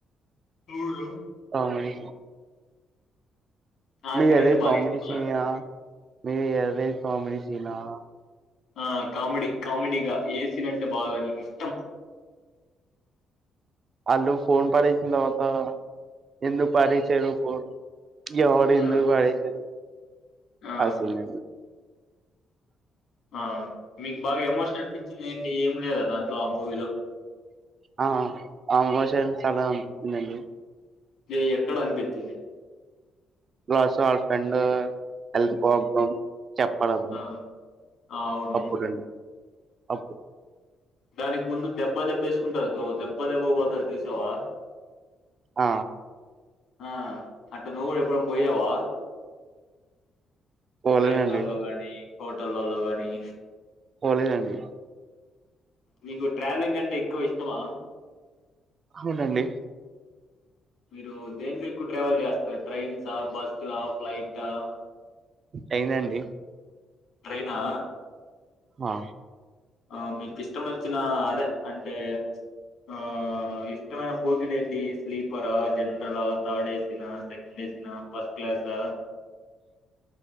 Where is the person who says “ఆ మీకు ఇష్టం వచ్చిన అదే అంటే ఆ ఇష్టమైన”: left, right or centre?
Left